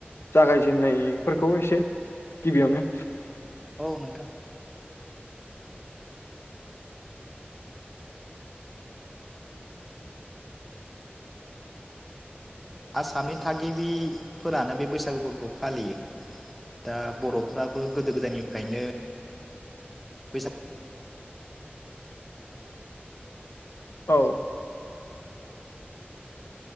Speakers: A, on the left; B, in the centre.
A: जागायजेन्नायफोरखौ एसे गिबियावनो?
B: औ नोंथां आसामनि थागिबिफोरानो बे बैसागु फोर्बोखौ फालियो दा बर'फोराबो गोदो गोदायनिफायनो- फैसाब
A: औ।